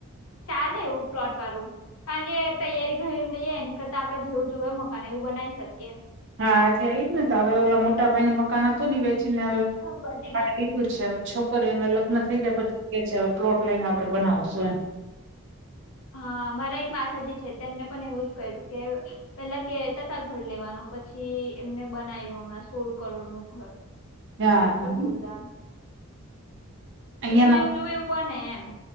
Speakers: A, on the left; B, on the right.
A: ચાલે એવું પ્લોટ વાળું કારણ કે તૈયારી ઘરે લઈએ એની કરતા આપડે જેવું જોએ મકાન એવું બનાવી શકીએ
B: હા એટલે એઈજ ને તો હવે ઓલા મોટા ભાઈ નું મકાન હતું ઈ વેચીને
A: બાજુમાં
B: કીધું છે હવે છોકરીઓને લગ્ન થઈ જાય પછી કે છે હ પ્લોટ લઈને આપણે બનાવશું એમ
A: હા મારા એક માસાજી છે તેમને પણ એવું જ કર્યું કે પેલા કેતા હતા ઘર લેવાનું પછી એમને બનાવ્યું હમણાં સોળ કરોડ નું ઘર
B: હા
A: એટલું જોરદાર
B: અહિયાં
A: એટલે જેવું જોવે એવું બને એમ